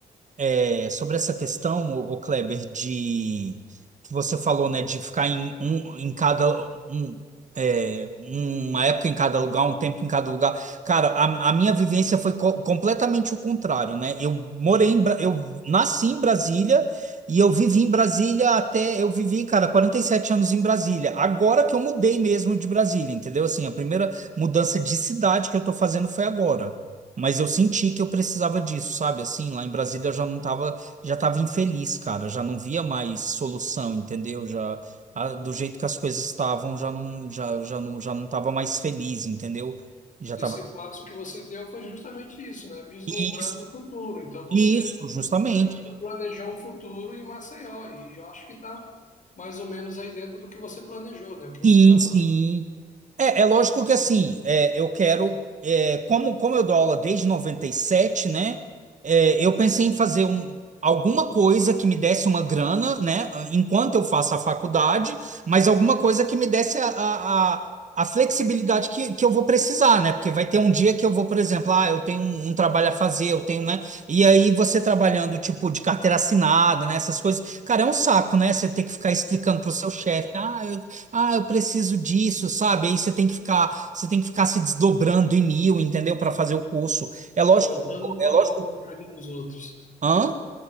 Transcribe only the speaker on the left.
Esse
passo que você deu foi justamente isso, né? Vislumbrando
o futuro. Então você
é, planejou um futuro em Maceió e eu acho que está mais ou menos aí dentro do que você planejou, né? O que você
está fazendo.
Contando com
a
boa vontade dos outros.